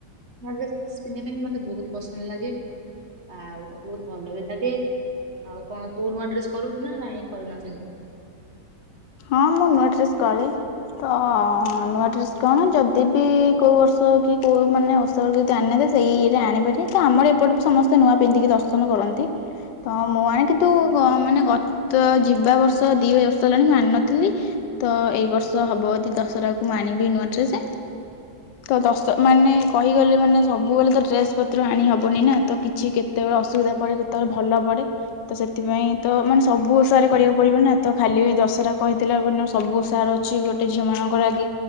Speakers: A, on the right (about 40°); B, on the left (about 70°).
A: ନୂଆ ଡ୍ରେସ ପିନ୍ଧିବା ପାଇଁ ମତେ ବୋହୁତ ପସନ୍ଦ ଲାଗେ ଆଉ ମତେ ବୋହୁତ ଭଲ ବି ଲାଗେ ଆଉ କଣ ତୁ ନୂଆ ଡ୍ରେସ କରୁଚୁ ନା ନାଇଁ କରୁନ ସେମିତି
B: ହଁ ମୁଁ ନୂଆ ଡ୍ରେସ କରେ ତ ନୂଆ ଡ୍ରେସ୍ କଣ ଯଦି ବି କୋଉ ବର୍ଷ କି କୋଉ ମାନେ ଓଷାରେ ଯଦି ଆଣିି ନାହାଁନ୍ତି ସେଇ ଇଏରେ ଆଣିପାରିବେ ତ ଆମର ଏପଟ ବି ସମସ୍ତେ ନୂଆ ପିନ୍ଧିକି ଦର୍ଶନ କରନ୍ତି। ତ ମୁଁ ଆଣେ କିନ୍ତୁ ଗ ମାନେ ଗତ ଯିବା ବର୍ଷ ଦିଇ ବର୍ଷ ହେଲାଣି ମୁଁ ଆଣିନ ଥିଲ ତ ଏଇ ବର୍ଷ ହବ ଯଦି ଦଶରାକୁୁ ମୁଁ ଆଣିବି ନୂଆ ଡ୍ରେସ ତ ଦଶ ମାନେ କହିଗଲେ ମାନେ ସବୁବେଳେ ତ ଡ୍ରେସ ପତ୍ର ଆଣି ହବନି ନା ତ କିଛି କେତେବେଳେ ଅସୁବିଧା ପଡେ କେତେବେଳେ ଭଲ ପଡେ ତ ସେଥିପାଇଁ ତ ମାନେ ସବୁ ଓଷାରେ କରିବାକୁ ପଡିବ ନା ତ ଖାଲି ବି ଦଶରା କହିଥିଲା ବୋନୁ ସବୁ ଓଷାର ଅଛି ଗୋଟେ ଝିଅ ମାନଙ୍କର ଆଗେ